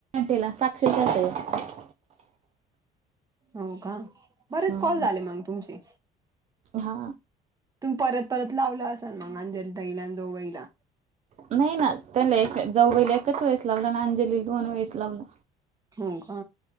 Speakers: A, on the right; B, on the right.
A: तिला साक्षी ला केलता एक
B: हो का बरेच
A: हम्म.
B: कॉल झाले मग तुमचे
A: हा.
B: तुम्ही परत- परत लावला असाल मग. अंजलीताईला न जावबाईला.
A: नाही ना. त्याला एक जावबाईला एकाच वेळेस लावला. आणि अंजलीला दोन वेळेस लावला.
B: हो, का?